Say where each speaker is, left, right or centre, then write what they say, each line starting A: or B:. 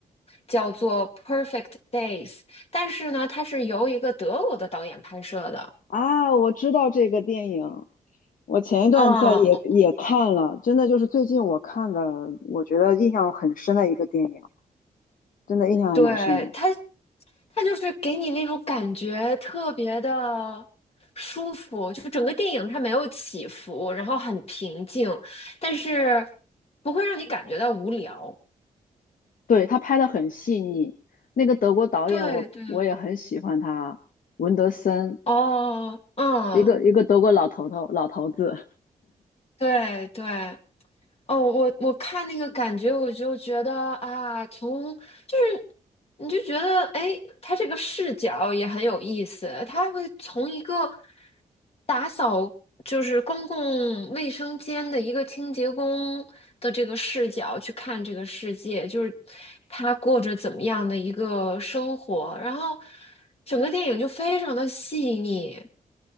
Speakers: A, on the left; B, on the left.
A: 叫做《Perfect Days》，但是呢，它是由一个德国的导演拍摄的。
B: 啊，我知道这个电影，我前一段在也也看了，
A: 嗯，
B: 真的就是最近我看的，我觉得印象很深的一个电影，真的印象还蛮深的。
A: 对，它，它就是给你那种感觉特别的舒服，就是整个电影它没有起伏，然后很平静，但是不会让你感觉到无聊。
B: 对，他拍的很细腻，那个德国导演我我也很喜欢他，
A: 对对。
B: 文德森，
A: 哦，嗯，
B: 一个一个德国老头头老头子。
A: 对对，哦，我我看那个感觉，我就觉得啊，从就是你就觉得，哎，他这个视角也很有意思，他会从一个打扫就是公共卫生间的一个清洁工的这个视角去看这个世界，就是他过着怎么样的一个生活，然后整个电影就非常的细腻，